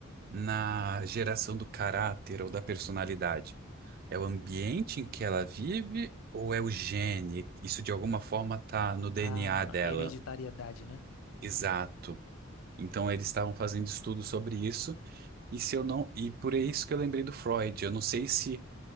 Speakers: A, on the right (about 45°); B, on the left (about 80°).
A: na geração do caráter ou da personalidade. É o ambiente em que ela vive ou é o gene? Isso de alguma forma tá no DNA
B: A
A: dela.
B: hereditariedade, né?
A: Exato. Então eles estavam fazendo estudos sobre isso, e se eu não, e por isso que eu lembrei do Freud. Eu não sei se